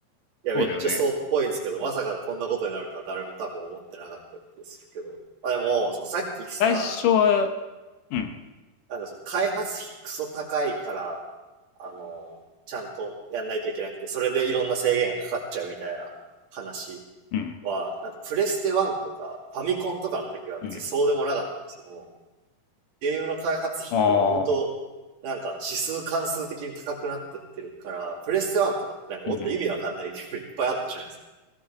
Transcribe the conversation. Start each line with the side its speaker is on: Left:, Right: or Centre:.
Right: いや、めっちゃそうっぽいんですけど、
Left: そうだよね。
Right: まさかこんなことになるとは誰も多分思ってなかった気するけど。まあでも、そのさっきした、
Left: 最初は、うん、
Right: なんかその開発費クソ高いから、あのー、ちゃんとやんないといけなくて、それでいろんな制限がかかっちゃうみたいな話
Left: うん、
Right: は、なんかプレステ1とかファミコンとかの時は別にそうでもなかったんですけども、
Left: うん。
Right: ゲームの開発費ってもう本当
Left: ああ、
Right: なんか指数関数的に高くなってってるから、プレステ1とかってなんかもっと意味わかんないゲームいっぱいあったじゃないですか。
Left: うん。